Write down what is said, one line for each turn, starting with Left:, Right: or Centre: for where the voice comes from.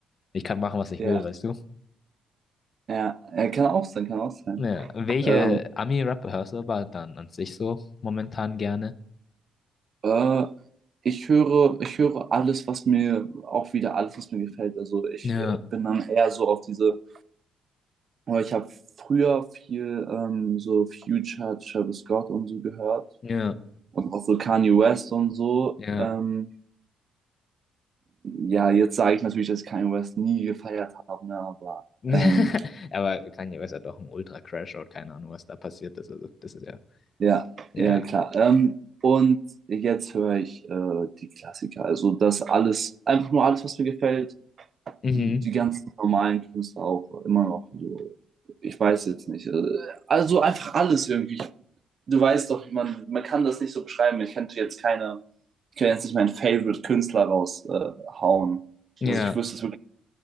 Left: ich kann machen, was ich
Right: ja,
Left: will, weißt du.
Right: ja, ja, kann auch sein, kann auch sein.
Left: Ja, welche
Right: Ähm,
Left: Ami-Rapper hörst du aber dann an sich so momentan gerne?
Right: äh, ich höre, ich höre alles, was mir auch wieder alles, was mir gefällt. Also ich
Left: Ja,
Right: äh, bin dann eher so auf diese Aber ich habe früher viel ähm, so Future, Travis Scott und so gehört
Left: ja,
Right: und auch so Kanye West und so.
Left: ja.
Right: Ähm, ja, jetzt sage ich natürlich, dass ich Kanye West nie gefeiert habe, ne, aber
Left: <laughs>
Right: ähm,
Left: Aber Kanye West hat doch einen Ultra-Crashout, keine Ahnung, was da passiert ist. Also, das ist ja,
Right: ja,
Left: ja,
Right: ja klar. Ähm, und jetzt höre ich äh, die Klassiker, also das alles, einfach nur alles, was mir gefällt,
Left: mhm,
Right: die ganzen normalen Künstler auch immer noch so. Ich weiß jetzt nicht. äh, Also einfach alles irgendwie. du weißt doch, man, man kann das nicht so beschreiben. Ich könnte jetzt keine, ich kann jetzt nicht meinen Favorite-Künstler raushauen.
Left: ja,
Right: Äh, also ich wüsste es wirklich.